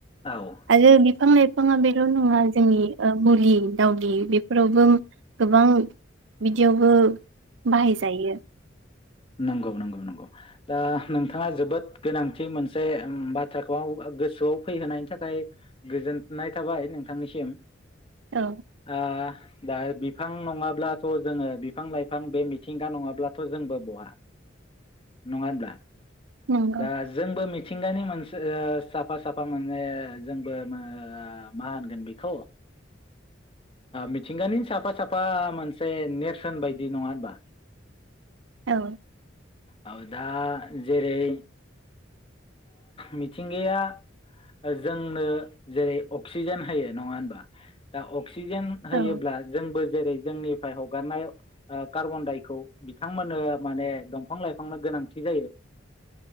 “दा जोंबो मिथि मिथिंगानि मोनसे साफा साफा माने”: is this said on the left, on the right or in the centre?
Left